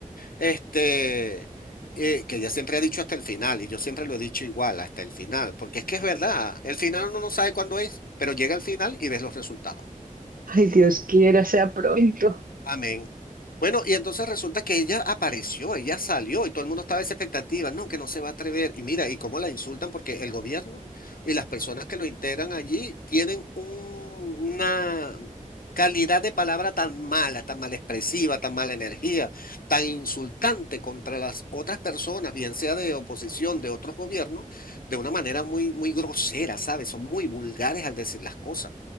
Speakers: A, on the left (about 85°); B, on the right (about 80°).
A: este, eh, que ella siempre ha dicho hasta el final y yo siempre lo he dicho igual, hasta el final, porque es que es verdad, el final uno no sabe cuándo es, pero llega el final y ves los resultados.
B: Ay, Dios quiera, sea pronto.
A: Amén. Bueno, y entonces resulta que ella apareció, ella salió y todo el mundo estaba en esa expectativa, no, que no se va a atrever. Y mira, y cómo la insultan porque el gobierno y las personas que lo integran allí tienen un- una calidad de palabra tan mala, tan mal expresiva, tan mala energía, tan insultante contra las otras personas, bien sea de oposición, de otros gobiernos, de una manera muy, muy grosera, ¿sabes? Son muy vulgares al decir las cosas.